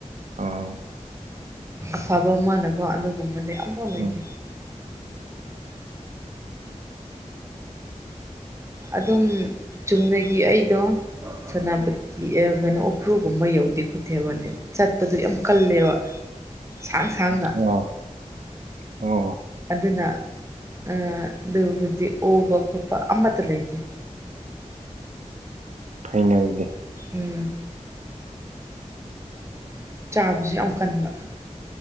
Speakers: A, on the right; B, on the right.
A: ꯑꯥ
B: ꯑꯐꯕ ꯑꯃꯅꯀꯣ ꯑꯗꯨꯒꯨꯝꯕꯗꯤ ꯑꯐꯥꯎ ꯂꯩꯇꯦ
A: ꯎꯝ
B: ꯑꯗꯨꯝ ꯆꯨꯝꯅꯒꯤ ꯑꯩꯗꯣ ꯁꯦꯅꯥꯄꯇꯤ ꯀꯩꯅꯣ ꯎꯈ꯭ꯔꯨꯒꯨꯝꯕ ꯌꯧꯗꯦ ꯈꯨꯊꯦꯝꯕꯅꯦ ꯆꯠꯄꯗꯨ ꯌꯥꯝ ꯀꯜꯂꯦꯕ ꯁꯥꯡ ꯁꯥꯡꯅ
A: ꯑꯣ ꯑꯣ
B: ꯑꯗꯨꯅ ꯑ ꯑꯗꯨ ꯍꯧꯖꯤ ꯑꯣꯕ ꯈꯣꯠꯄ ꯑꯃꯠꯇ ꯂꯩꯇꯦ
A: ꯐꯩꯅ ꯑꯗꯨꯗꯤ
B: ꯎꯝ ꯆꯥꯕꯁꯨ ꯌꯥꯝ ꯀꯟꯕ